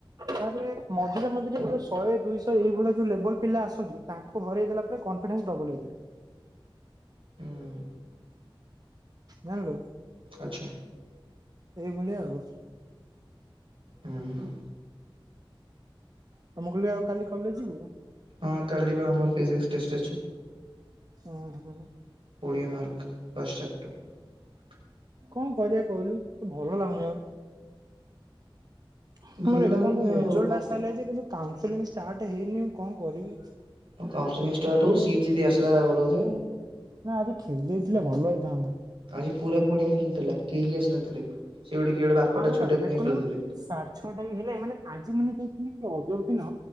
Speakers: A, on the right; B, on the right.
A: ତାପରେ ମଝିରେ ମଝିରେ ଯୋ ଶହେ ଦୁଇ ଶହ ଏଇଭଳିଆ ଯୋଉ ଲେବଲ ପିଲା ଆସନ୍ତି ତାଙ୍କୁ ହରାଇ ଦେଲା ପରେ କନଫିଡେନ୍ସ ଡବଲ ହେଇଯାଏ।
B: ହୁଁ
A: ଜାଣିଲୁ।
B: ଆଚ୍ଛା
A: ଏଇଭଳିଆ ଆଉ
B: ହୁଁ ହୁଁ
A: ତ ମୁଁ କହିଲି ଆଉ କାଲି କଲେଜ ଯିବୁ?
B: ହଁ କାଲି ବା ଆମର ଫିଜିକ୍ସ ଟେଷ୍ଟ ଅଛି।
A: ଓୁଁ ହୁଁ,
B: କୋଡ଼ିଏ ମାର୍କ୍ ଫାଷ୍ଟଚାପ୍ଟର।
A: କଣ କରିବା କହିଲୁ ତୁ ଭଲ ଲାଗୁନି ବା ଆମର
B: ଭଲ ଲାଗୁନି
A: ଏପର୍ଯ୍ୟନ୍ତ
B: ଆଉ
A: ରେଜଲ୍ଟ
B: କଣ
A: ଆସି
B: କରିବି
A: ସାଇଲା ଯେ କିନ୍ତୁ କାଉଁ ସେଲିଙ୍ଗ ଷ୍ଟାର୍ଟ ହେଇନି କଣ କରିବି?
B: କାଉନ ସେଲିଙ୍ଗ ଷ୍ଟାର୍ଟ ହଉ ସିଟ ଯିଦି ଆସିଲା ଭଲ କଥା।
A: ନା ଆଜି ଖେଳିଦେଇଥିଲେ ଭଲ ହେଇଥାନ୍ତା।
B: ଆଜି ପୁରା ପଡିଆ ଖାଲି ଥିଲା କେହି ଆସିନଥିଲେ। ସେ ଗୋଟେ କିଏ ଗୋଟେ ବାପାଟା
A: ହଁ ପା
B: ଛୁଆଟେ
A: ଦେଖୁନୁ
B: ଯାଇ ଖେଳୁଥିଲେ
A: ସାଢେ ଛଅଟା ବି ହେଲେ ମାନେ ଆଜି ମାନେ ଦେ କି ଅଜବ ଦିନ